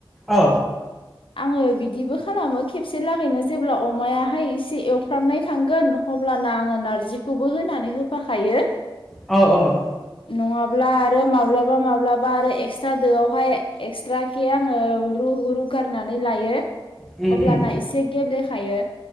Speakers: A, in the centre; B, on the left.
A: ओ
B: आङो बिदिबो खालामो खेबसे लागैनो जेब्ला अमायाहाय एसे एवफ्रामनाय थांगोन अब्लाना आङो नारजिखौबो होनानै होफाखायो।
A: औ औ
B: नङाब्ला आरो माब्लाबा माब्लाबा आरो एक्सट्रा दोआवहाय एक्सट्रा खे आङो र रुगारनानै लायो
A: उम
B: अब्लाना
A: उम
B: एसे गेब्लेखायो